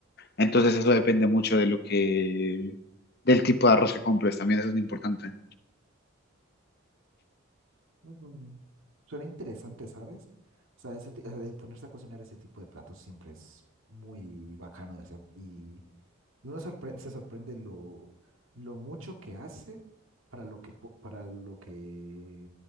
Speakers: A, on the left; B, on the right.
A: Entonces eso depende mucho de lo que, del tipo de arroz que compres, también eso es importante.
B: Mm, suena interesante, ¿sabes? O sea, ese, ti- eh, ponerse a cocinar ese tipo de platos siempre es muy bacano de hacer y Y uno sorpre- se sorprende lo, lo mucho que hace para lo que, po- para lo que,